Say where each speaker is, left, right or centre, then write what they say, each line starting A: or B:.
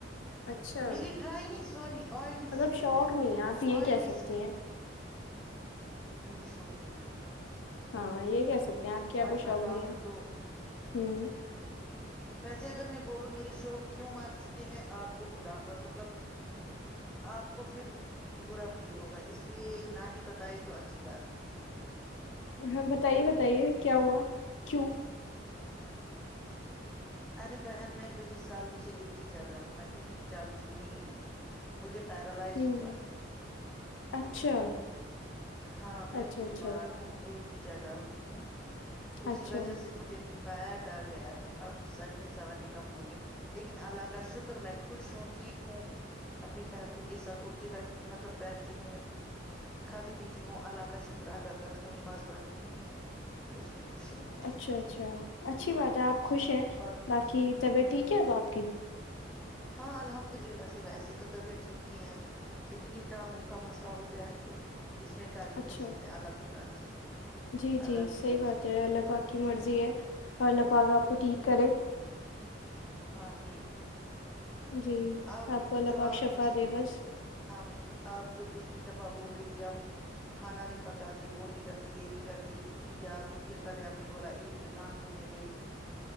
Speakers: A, on the left; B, in the centre.
A: اچھا
B: میری ڈرائینی سوری آئلی
A: مطلب
B: سکن
A: شوق
B: ہے
A: نہیں آپ یہ
B: آئلی
A: کہہ سکتی
B: سکن
A: ہیں
B: مجھے شوق نہیں یہاں <unintelligible>
A: ہاں یہ کہہ سکتے ہیں آپ کے یہ کو شوق
B: بتاؤں
A: نہیں ہے
B: تو
A: ہ
B: ویسے اگر میں بولوں میری شوق کیوں مار چکے ہیں آپ کو برا مطلب آپ کو پھر برا فیل ہوگا اس لیے نہ ہی بتائے تو اچا اچھی بات ہے <unintelligible>
A: ہاں بتائیے بتائیے کیا ہوا کیوں <unintelligible>
B: ارے بہن میں کئی سالوں سے ایک ہی جگہ ہوں میں کہیں چالتی بھی نہیں ہوں مجھے پیرالائز
A: ہوں
B: ہوا ہے <unintelligible>
A: اچھا <unintelligible>
B: ہاں میں
A: اچھا
B: بیمار
A: اچھا
B: ہوں ایک کی جگہ ہوتی ہوں اسی
A: اچھا
B: وجہ سے مجھے پیٹ آ گیا ہے اب سجنے سنارنے کا موڑ نہیں لیکن اللہ کا شکر میں خوش ہوں ٹھیک ہوں اپنی فیملی کے ساتھ اٹھتی بیٹھ مطلب بیٹھتی ہوں کھاتی پیتی ہوں اللہ کا شکر ادا کرتی ہوں نماز پڑھتی ہوں اس میں خوشی ملتی
A: اچھا
B: ہے
A: اچھا اچھی بات ہے آپ خوش ہیں
B: بس
A: باقی طبیعت
B: ہوں
A: ٹھیک ہے اب آپ کی
B: ہاں الحمد للہ سے ویسی تو طبیعت ٹھیک ہی ہے لیکن اٹانگوں کا مسئلہ ہو گیا ہے تو اس میں کر ہی
A: اچھا
B: کہہ سکتے ہیں اللہ کی مرضی
A: جی
B: اللہ
A: جی
B: کی
A: صحیح
B: رضا
A: بات ہے اللہ پاک کی مرضی ہے اور اللہ پاک آپ کو ٹھیک کرے
B: آمین
A: جی
B: آپ
A: کو اللہ
B: جو
A: پاک
B: آپ
A: شفا
B: پچھلی
A: دے بس
B: آئی مین آپ جو پچھلی دفعہ بول رہی تھی اب کھانا نہیں پکاتی وہ نہیں کرتی یہ نہیں کرتی یا کچھ دیر پہلے آپ نے بولا عید پہ کہاں گھومنے گئے